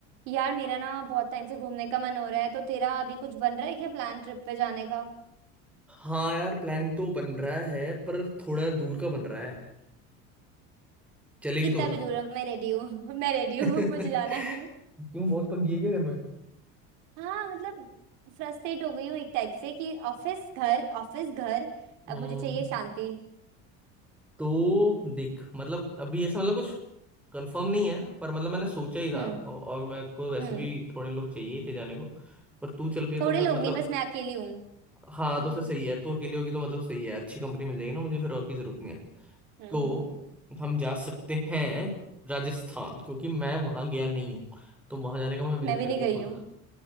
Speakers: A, on the right; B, in the centre.
A: यार मेरा ना बहुत टाइम से घूमने का मन हो रहा है तो तेरा अभी कुछ बन रहा है क्या प्लान ट्रिप पे जाने का
B: हाँ यार प्लान तो बन रहा है पर थोड़ा दूर का बन रहा है चलेगी
A: कितना
B: तो बता
A: भी दूर है मैं रेडी हूँ <laughs> मैं रेडी हूँ
B: <laughs>
A: मुझे जाना है
B: क्यों बहुत पक गई है क्या घर में
A: हाँ मतलब फ्रस्ट्रेट हो गई हूँ एक टाइप से कि ऑफिस घर ऑफिस घर
B: हम्म
A: अब मुझे चाहिए शांति
B: तो देख मतलब अभी ऐसा मतलब कुछ कंफर्म नहीं है पर मतलब मैंने सोचा ही था
A: हम्म
B: औ- और मेरे को वैसे
A: हम्म
B: भी थोड़े लोग चाहिए ही थे जाने को पर तू चल रही है
A: थोड़े
B: तो फिर
A: लोग
B: मतलब
A: नहीं बस मैं अकेली हूँ
B: हाँ
A: <laughs>
B: तो फिर सही है तू अकेली होगी तो मतलब सही है अच्छी कंपनी मिल जाएगी ना मुझे फिर और की जरूरत नहीं है
A: हम्म
B: तो हम जा सकते हैं राजस्थान क्योंकि मैं वहां गया नहीं हूँ तो वहां जाने का मैं विजिट
A: मैं भी
B: करने
A: नहीं
B: की
A: गई
B: सोच
A: हूँ
B: रहा